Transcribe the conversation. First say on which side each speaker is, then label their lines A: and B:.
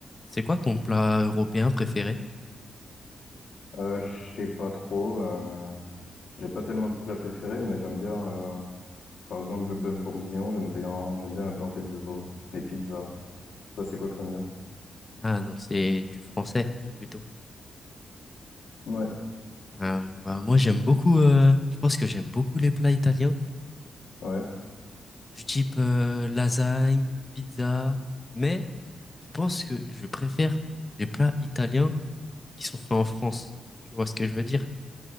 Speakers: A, on the left (about 20°); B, on the left (about 75°).
A: C'est quoi ton plat européen préféré?
B: Euh, je sais pas trop. Euh, j'ai pas tellement de plats préférés, mais j'aime bien, euh, par exemple, le bœuf bourguignon. J'aime bien, j'aime bien la blanquette de veau, les pizzas. Toi, c'est quoi que t'aimes bien?
A: Ah, donc c'est du français plutôt.
B: Ouais,
A: Ah, bah, moi j'aime beaucoup, euh, je pense que j'aime beaucoup les plats italiens,
B: ouais.
A: du type euh, lasagne, pizza, mais je pense que je préfère les plats italiens qui sont faits en France. Tu vois ce que je veux dire?